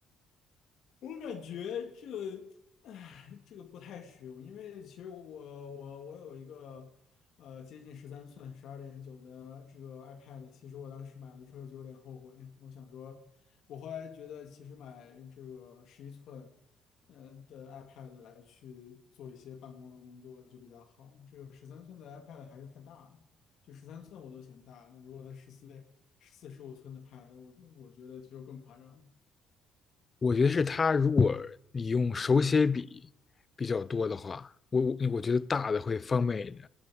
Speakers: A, on the left; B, on the left.
A: 我感觉这个，唉，这个不太实用，因为其实我我我我有一个呃接近十三寸十二点九的这个 iPad，其实我当时买了之后就有点后悔，我想说，我后来觉得其实买这个十一寸呃的 iPad 来去做一些办公的工作就比较好，这个十三寸的 iPad 还是太大了，就十三寸我都嫌大，那如果它十四点十四十五寸的 Pad，我我觉得就更夸张。
B: 我觉得是它，如果你用手写笔比较多的话，我我我觉得大的会方便一点，